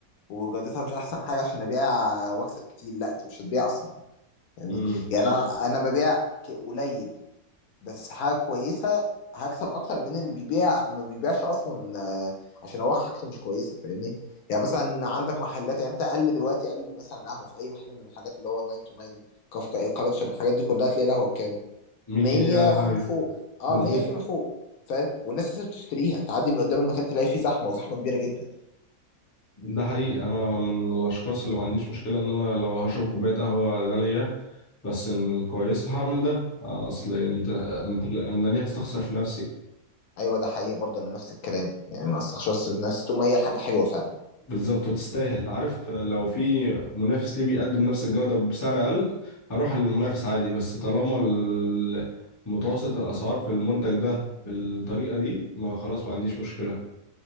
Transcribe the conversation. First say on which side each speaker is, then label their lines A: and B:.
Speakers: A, on the left; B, on the left.
A: وجودتها مش احسن حاجه عشان ابيع واكسب كتير لا انت مش هتبيع اصلا فاهمني
B: مم.
A: يعني انا امم انا ببيع ك- قليل بس حاجه كويسه هكسب اكتر من اللي بيبيع ما بيبيعش اصلا آه، عشان هو حاجته مش كويسه فاهمني يعني مثلا عندك محلات يعني انت اقل دلوقتي اقل مثلا قهوه في اي محل من المحلات اللي هو 9 تو 9 كافكا كالتشر الحاجات دي كلها تلاقي القهوه بكام
B: 100
A: 100
B: جنيه ولا حاجة
A: فيما فوق اه
B: بالظبط
A: 100 فيما فوق فاهم والناس لسه بتشتريها تعدي من قدام المكان تلاقي فيه زحمه وزحمه كبيره جدا
B: ده حقيقي أنا من الأشخاص اللي ما عنديش مشكلة إن أنا لو هشرب كوباية قهوة غالية بس إن كويس هعمل ده أصل أنت أنت أنا ليه هستخسر في نفسي
A: ايوه ده حقيقي برضه انا نفس الكلام يعني ما استخسرش نفسي طول ما هي حاجه حلوه فعلا
B: بالظبط وتستاهل عارف لو في منافس ليه بيقدم نفس الجودة بسعر أقل هروح للمنافس عادي بس طالما ال- متوسط الأسعار في المنتج ده بالطريقة دي ما خلاص ما عنديش مشكلة